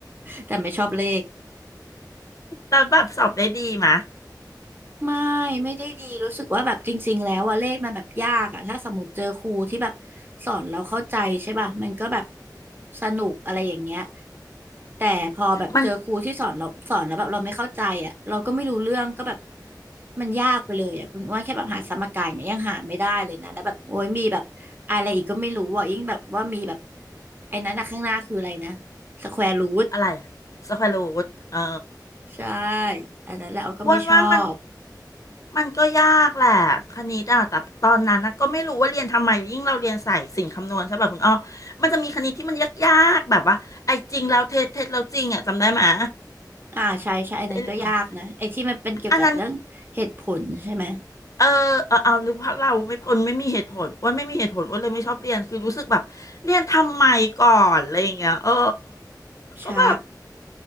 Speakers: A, on the right; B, on the left.
A: แต่ไม่ชอบเลข
B: แล้วแบบสอบได้ดีมะ
A: ไม่ไม่ได้ดีรู้สึกว่าแบบจริงๆแล้วอะเลขมันแบบยากอะถ้าสมมติเจอครูที่แบบสอนเราเข้าใจใช่ป่ะมันก็แบบสนุกอะไรอย่างเงี้ย แต่พอแบบเจอครูที่สอนเราสอนแล้วแบบเราไม่เข้าใจอ่ะเราก็ไม่รู้เรื่องก็แบบ
B: มัน
A: มันยากไปเลยอ่ะคุณอ้วนแค่แบบหาสมการเนี่ยยังหาไม่ได้เลยนะแล้วแบบโอ้ยมีแบบอะไรอีกก็ไม่รู้ว่ายิ่งแบบว่ามีแบบไอ้นั้นอะข้างหน้าคืออะไรนะสแควร์รูท
B: อะไรสแควรูทเออ
A: ใช่อันนั้นแหละเราก็ไม่ชอบ
B: อ้วนว่ามันมันก็ยากแหละคณิตอ่ะแต่ตอนนั้นนะก็ไม่รู้ว่าเรียนทำไมยิ่งเราเรียนสายสินคำนวณใช่ป่ะคุณอ้อมันจะมีคณิตที่มันยากๆแบบว่าไอ้จริงแล้วเท็จเท็จแล้วจริงอ่ะจำได้ไหมย
A: อ่าใช่ใช่อันนั้นก็ยากนะไอ้ที่มันเป็นเกี่ยวกับเรื่องเหตุผลใช่ไหม
B: ได้เลย อันนั้นเออเออเอาหรือเพราะเราไม่คนไม่มีเหตุผลอ้ว่าไม่มีเหตุผลอ้ว่าเลยไม่ชอบเรียนคือรู้สึกแบบเรียนทำไมก่อนอะไรอย่างเงี้ยเออ
A: ใช่
B: ก็แบบ